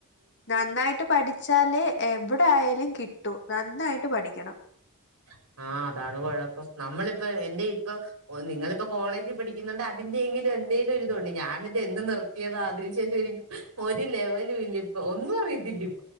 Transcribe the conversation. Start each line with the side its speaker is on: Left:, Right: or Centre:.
Left: നന്നായിട്ട് പഠിച്ചാല് എവിടെ ആയാലും കിട്ടൂ നന്നായിട്ട് പഠിക്കണം.
Right: <inaudible> ആ അതാണ് കോഴപ്പം നമ്മളിപ്പ എന്റെ ഇപ്പൊ നിങ്ങളിപ്പോ കോളേജിൽ പഠിക്കുന്നുണ്ട് അതിന്റെങ്കിലും. എന്തേലും ഇരിതോണ്ടി ഞാനിത് എന്ന് നിർത്തിയതാ അതിനു ശേഷം ഒരു ലെവലും ഇല്ല ഇപ്പൊ ഒന്നും അറിയത്തില്ല.